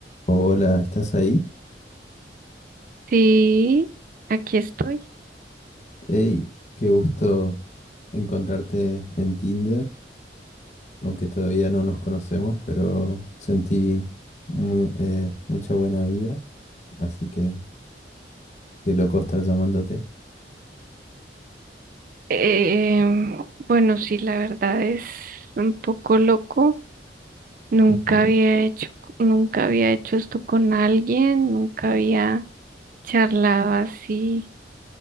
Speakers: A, on the left; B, on the right.
A: Hola, ¿estás ahí?
B: Sí, aquí estoy.
A: Hey, qué gusto encontrarte en Tinder, aunque todavía no nos conocemos, pero sentí mu- eh, mucha buena vibra, así que qué loco estar llamándote.
B: Em, bueno, sí, la verdad es un poco loco. Nunca
A: Ujú,
B: había hecho, nunca había hecho esto con alguien, nunca había charlado así